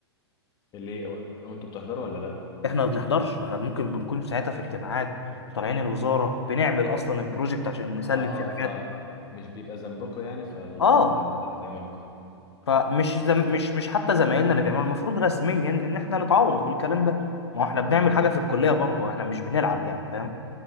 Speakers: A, on the left; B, on the left.
A: اللي وأنتوا بتحضروا ولا لأ؟
B: احنا ما بنحضرش ما احنا ممكن بنكون ساعتها في اجتماعات طالعين الوزاره بنعمل اصلا البروجكت عشان نسلم
A: آه
B: فيه
A: آه
B: حاجات
A: فمش بيبقى ذنبكم يعني فال
B: اه
A: بتعملكم
B: فمش زم... مش مش حتى زمايلنا اللي بيعملوا المفروض رسميا ان احنا نتعوض بالكلام ده ما هو احنا بنعمل
A: تمام
B: حاجه في الكليه برضه احنا مش بنلعب يعني فاهم